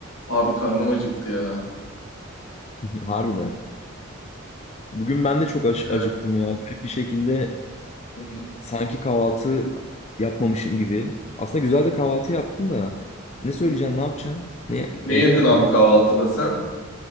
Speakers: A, on the left; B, on the left.
A: Abi karnım acıktı ya.
B: <laughs> Harbiden. Bugün ben de çok aç-
A: Evet.
B: acıktım ya. Garip bir şekilde
A: Hı hı.
B: sanki kahvaltı yapmamışım gibi. Aslında güzel de kahvaltı yaptım da. Ne söyleyeceksin,
A: Hı.
B: ne yapacaksın? Ne
A: Ne
B: evde
A: yedin
B: yap
A: abi
B: bugün?
A: kahvaltıda sen?